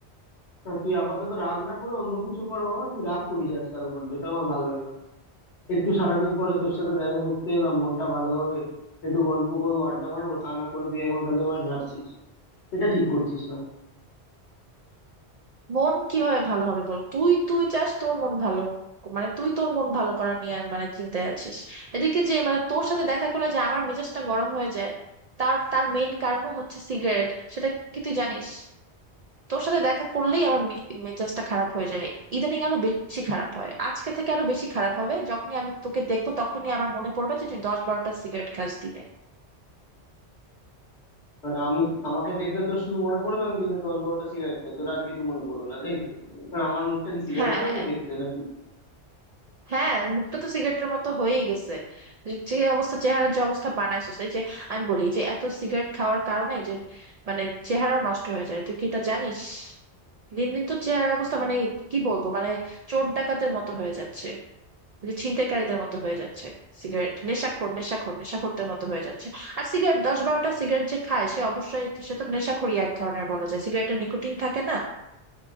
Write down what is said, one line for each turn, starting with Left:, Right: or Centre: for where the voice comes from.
Left: না তুই আপাতত রাগ না করে অন্য কিছু কর বাবা তুই রাগ করিস আজকাল বড্ড এটা আমার ভালো লাগে না একটু সারাদিন পরে তোর সাথে দেখা করতে এলাম মনটা ভালো হবে একটু গল্প করবো আড্ডা মারবো তা না করে তুই এখন খালি আমায় ঝাড়ছিস এটা ঠিক করছিস না
Right: মন কিভাবে ভালো হবে বল তুই তুই চাস তোর মন ভালো হোক। মানে তুই তোর মন ভালো করা নিয়ে মানে চিন্তায় আছিস এদিকে যে মানে তোর সাথে দেখা করলে যে আমার মেজাজটা গরম হয়ে যায় তার তার মেইন কারণও হচ্ছে সিগারেট সেটা কি তুই জানিস তোর সাথে দেখা করলেই আমার মে- মেজাজটা খারাপ হয়ে যায় ইদানিং আরো বেশি খারাপ হয় আজকে থেকে আরো বেশি খারাপ হবে যখনই আমি তোকে দেখবো তখনই আমার মনে পড়বে যে তুই দশ বারোটা সিগারেট খাস দিনে
Left: মানে আমি আমাকে দেখলে তোর শুধু মনে পড়বে আমি দিনে দশ বারোটা সিগারেট খাই তোর আর কিছু মনে পড়বে না তাই তো মানে আমার মুখটা কি সিগারেটের
Right: হ্যাঁ
Left: মতো দেখতে না
Right: হ্যাঁ মুখটা তো সিগারেটের মতো হয়েই গেছে যে যে অবস্থা চেহারার যে অবস্থা বানাইছিস এই যে আমি বলি যে এত সিগারেট খাওয়ার কারণে যে মানে চেহারাও নষ্ট হয়ে যায় তুই কি এটা জানিস দিন দিন তো চেহারার অবস্থা মানে কি বলবো মানে চোর ডাকাতের মতো হয়ে যাচ্ছে যে ছিনতাইকারীদের মতো হয়ে যাচ্ছে সিগারেট নেশাখোর নেশাখোর নেশাখোরদের মতো হয়ে যাচ্ছে আর সিগারেট দশ বারোটা সিগারেট যে খায় সে অবশ্যই সে তো নেশাখোরই এক ধরনের বলা যায় সিগারেটে নিকোটিন থাকে না